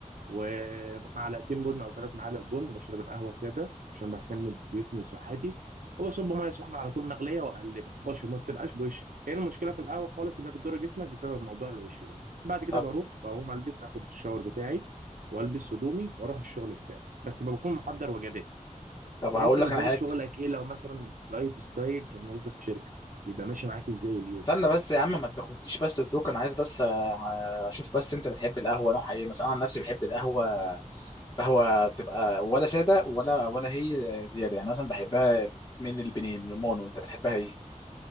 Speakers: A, on the right; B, on the left.
A: ومعلقتين بن او ثلاث معالق بن بشرب القهوه ساده عشان بهتم بجسمي وصحتي وبصب ميه سخنه على طول مغليه واقلبها وبشرب ما بتبقاش بوش هي إيه المشكله في القهوه خالص اللي هي بتضر جسمك بسبب موضوع الوش ده بعد كده
B: طب
A: بروح بقوم البس اخد الشاور بتاعي والبس هدومي واروح الشغل بتاعي بس بكون محضر وجباتي
B: طب
A: يعني
B: هقول
A: انت نظام
B: لك انا حاجه
A: شغلك ايه لو مثلا لايف ستايل كموظف في شركه يبقى ماشي معاك ازاي اليوم
B: استنى بس يا عم ما تاخدنيش بس في دوك انا عايز بس آه، اشوف بس انت بتحب القهوه نوعها ايه مثلا انا عن نفسي بحب القهوه قهوه بتبقى ولا ساده ولا ولا هي زياده يعني مثلا بحبها من البنين المونو انت بتحبها ايه